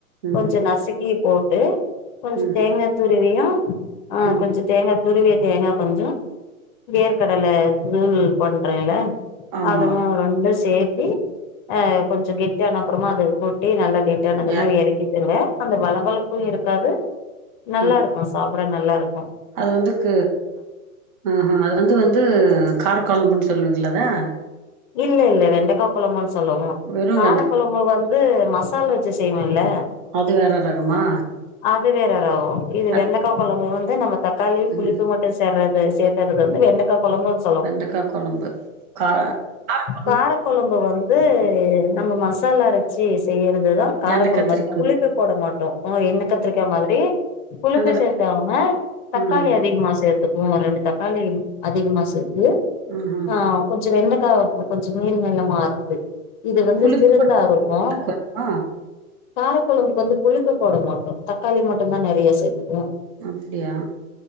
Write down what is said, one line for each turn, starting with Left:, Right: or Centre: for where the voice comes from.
Right: ம்
Left: கொஞ்சம் நசிக் கி போட்டு கொஞ்சோ
Right: ம்
Left: தேங்கா துருவியும் ஆ
Right: ம்
Left: கொஞ்சோ தேங்கா துருவிய தேங்கா கொஞ்சோ வேர்கடல தூள் பண்றேன்ல
Right: ஆமா
Left: அதுவும் ரெண்டும் சேத்தி அ கொஞ்சம் கெட்டி ஆன அப்றமா அது கொட்டி நல்லா கெட்டியானதுமே
Right: யா
Left: எறக்கிகிருவேன் அந்த வள வளப்பும் இருக்காது நல்லா
Right: ம்
Left: இருக்கும் சாப்பிட நல்லா இருக்கும்
Right: அது வந்துக்கு ஹு ஹும் அது வந்து வந்து காரகொழம்புனு சொல்லுவீங்களா அத
Left: இல்ல இல்ல வெண்டைக்கா கொழம்புன்னு சொல்லுவோம்
Right: வெறு
Left: கார
Right: வெண்டக்கா
Left: கொழம்பு வந்து து மசால் வச்சு செய்வேன்ல
Right: அது வேற ரகமா?
Left: அது வேற ரகோம் இது
Right: அத்
Left: வெண்டைக்கா கொழம்பு வந்து நம்ப தக்காளி
Right: ம்
Left: புளிப்பு மட்டு சேர்றது சேத்தறது வந்து வெண்டைக்கா கொழம்புனு
Right: வெண்டக்கா கொழம்பு கா காரம்
Left: கார கொழம்பு வந்து நம்ம மசாலா அரைச்சு செய்யறதுதா கார
Right: எண்ணெ
Left: கொழம்பு
Right: கத்திரிக்கா
Left: அதுக் புளிப்பு போட மாட்டோம் ம் எண்ணெ கத்திரிக்க மாதிரி புளிப்பு
Right: அந்த வெ
Left: சேத்தாமே தக்காளி
Right: ம்ஹும்
Left: அதிகமா சேத்து ரெண்டு தக்காளி அதிகமா சேத்து
Right: ம்ஹும்
Left: ஆம் கொஞ்சோ வெண்ட கா கொஞ்சம் நீள்நீளமா அறுத்து இது வந்து
Right: புளிப்பு
Left: சிறுந்தா
Right: கூட
Left: இருக்கும்
Right: கொஞ்சோ
Left: காரக்கொழம்புக்கு வந்து புளிப்பு போட மாட்டோ தக்காளி மட்டுந்தா நெறைய சேத்துக்குவோம்
Right: அப்டியா